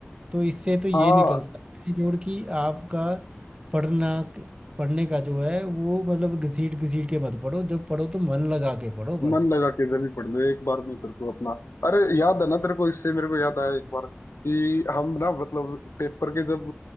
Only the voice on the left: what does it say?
हाँ
मन लगा के जब भी पढ़ ले एक बार में कर दो अपना अरे याद है ना तेरे को इससे मेरे को याद आया एक बार कि हम ना मतलब पेपर के जब